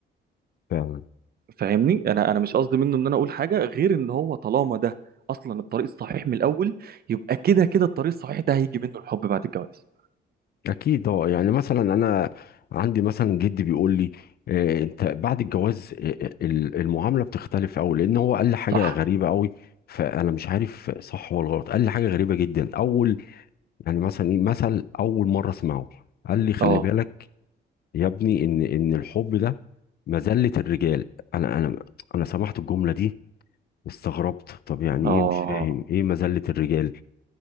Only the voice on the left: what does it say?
فعلا
اكيد اه يعني مثلا انا عندي مثلا جدي بيقول لي آه، انت بعد الجواز آه، آه، ال- المعامله بتختلف قوي لان هو قال لي حاجه
غريبه قوي فانا مش عارف صح ولا غلط قال لي حاجه غريبه جدا اول يعني مثلا ايه مثل اول مره اسمعه قال لي خلي
بالك يا ابني ان ان الحب ده مذله الرجال انا انا انا سمعت الجمله دي استغربت طب يعني
ايه مش فاهم ايه مذلة الرجال